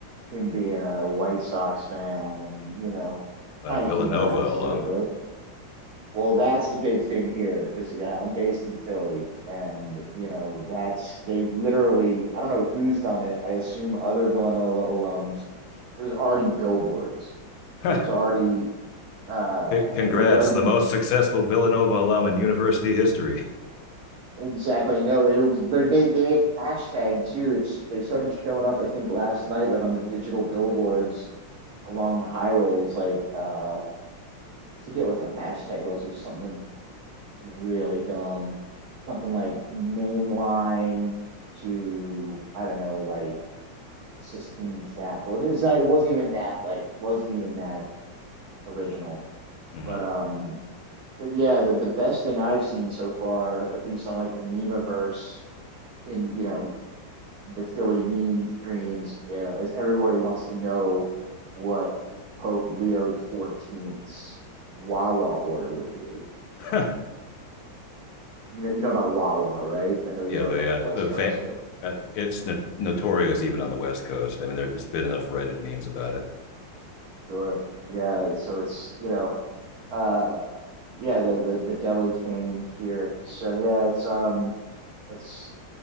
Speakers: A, on the right (about 85°); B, on the left (about 85°).
A: him being a White Sox fan and you know
B: But
A: kind
B: a Villanova
A: of humanizes
B: alum.
A: it a bit. Well, that's the big thing here because yeah, I'm based in Philly, and you know that's they literally. I don't know who's done it. I assume other Villanova alums. There's already billboards.
B: <laughs> C-
A: There's already uh,
B: Congrats,
A: there's already
B: the
A: been
B: most successful Villanova alum in university history.
A: exactly no. It'll they made they made a hashtag too. It's they started showing up. I think last night, like on the digital billboards along the highways. Like uh, I forget what the hashtag was. It was something really dumb. Something like mainline to I don't know, like Sistine Chapel. It was not. It wasn't even that. Like, wasn't even that original.
B: Mm.
A: But um, but yeah, the the best thing I've seen so far, at least on like the memeverse in you know the Philly meme streams, uh, is everybody wants to know what Pope Leo the Fourteenth's Wawa order would be.
B: <laughs>
A: You know, you know about Wawa, right? I know you're
B: yeah, the
A: on the
B: uh,
A: West
B: the fa-
A: Coast, but
B: uh, it's no- notorious even on the West Coast. I mean, there's been enough Reddit memes about it.
A: sure. Yeah, so it's, you know, uh yeah, the the the deli chain here. So yeah, it's um that's